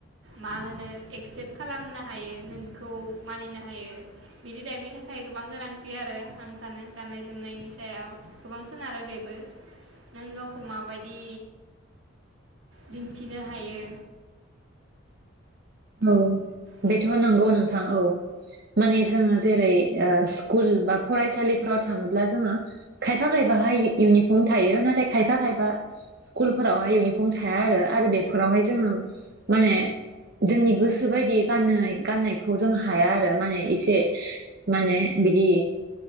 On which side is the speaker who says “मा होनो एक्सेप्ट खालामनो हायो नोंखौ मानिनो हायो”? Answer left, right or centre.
Right